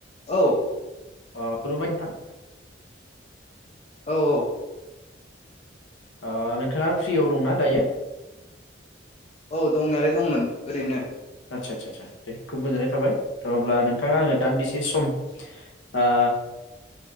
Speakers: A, on the left; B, on the left.
A: औ
B: अ खुलुमबाय नोंथां
A: औ औ
B: औ नोंथाङा ओ फ्रियाव दंना दायो
A: औ दंनायालाय दंमोन ओरैनो
B: आदसा आदसा आसा दे खुब गोजोननाय थाबाय थ अब्ला नोंथाङा आनो दान्दिसे सम आ